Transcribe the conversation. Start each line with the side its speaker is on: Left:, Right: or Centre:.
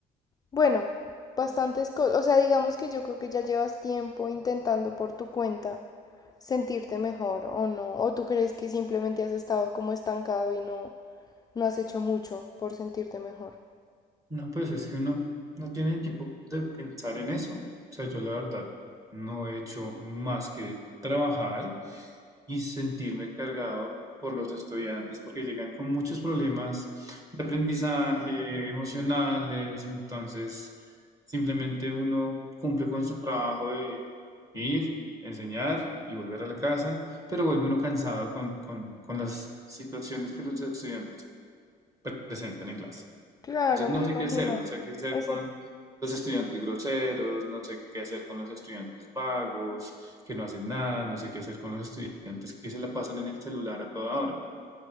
Left: Bueno, bastantes cosas. O sea, digamos que yo creo que ya llevas tiempo intentando por tu cuenta sentirte mejor o no. O tú crees que simplemente has estado como estancado y no, no has hecho mucho por sentirte mejor.
Right: No, pues es que uno no tiene tiempo de pensar en eso. O sea, yo la verdad no he hecho más que trabajar y sentirme cargado por los estudiantes, porque llegan con muchos problemas de aprendizaje, emocionales, entonces simplemente uno cumple con su trabajo de ir, enseñar y volver a la casa, pero vuelve uno cansado con, con con las situaciones que los estudiantes presentan en clase.
Left: Claro,
Right: Entonces no
Left: me imagino.
Right: sé qué hacer, no sé qué hacer
Left: Eso
Right: con los
Left: sí.
Right: estudiantes groseros, no sé qué hacer con los estudiantes vagos, que no hacen nada, no sé qué hacer con los estudiantes que se la pasan en el celular a toda hora.